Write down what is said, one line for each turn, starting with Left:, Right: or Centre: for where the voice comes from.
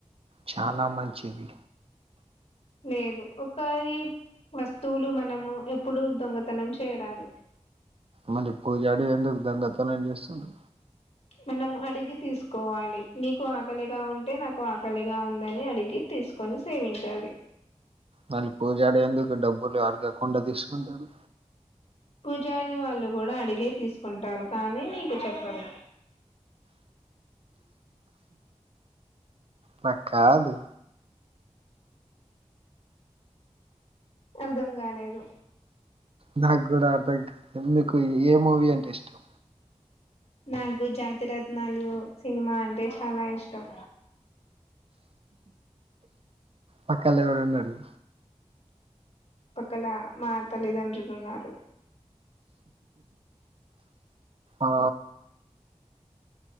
Right: చానా మంచిది
Left: లేదు ఓకరి వస్తువులు మనము ఎప్పుడూ దొంగతనం చేయరాదు
Right: మళ్ళీ పూజరి ఎందుకు దొంగతనం చేస్తుండు
Left: మనం అడిగి తీసుకోవాలి నీకు ఆకలిగా ఉంటే నాకు ఆకలిగా ఉందని అడిగి తీసుకొని సేవించాలి
Right: మళ్ళీ పూజాడి ఎందుకు డబ్బులు అడగకుండ తీసుకుంటడు
Left: పూజారి వాళ్ళు గూడా అడిగే తీసుకుంటారు కానీ మీకు చెప్పరు
Right: న కాలు
Left: అర్ధం గాలేదు
Right: నాగూడ అర్ధం కాలేదు మీకు ఏ మూవీ అంటే ఇష్టం
Left: నాకు జాతిరత్నాలు సినిమా అంటే చాలా ఇష్టం
Right: పక్కల్ల ఎవరున్నరు
Left: పక్కల మా తల్లిదండ్రులు ఉన్నారు
Right: ఆ